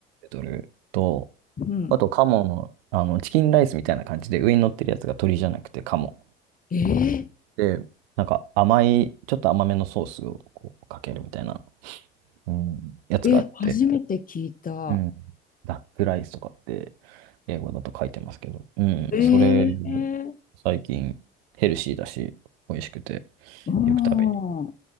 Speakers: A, on the right; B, on the left.
A: ドルと、
B: うん。
A: あと、鴨の、あの、チキンライスみたいな感じで、上に乗ってるやつが鶏じゃなくて鴨。
B: え
A: で、なんか甘い、ちょっと甘めのソースをこうかけるみたいな。うん、やつがあって、
B: ー、え、初めて聞いた。
A: うん、ダックライスとかって英語だと書いてますけど、うん、
B: ええ
A: それ、最近ヘルシーだし、美味しくて、
B: う
A: よく食べに行く
B: ん。